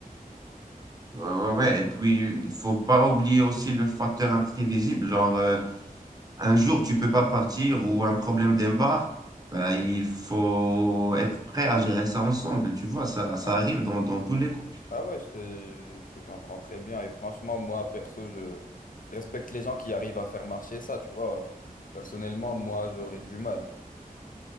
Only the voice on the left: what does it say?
Ouais.
Ah ouais, je te, je te comprends très bien. Et franchement, moi, perso, je respecte les gens qui arrivent à faire marcher ça, tu vois. Personnellement, moi, j'aurais du mal.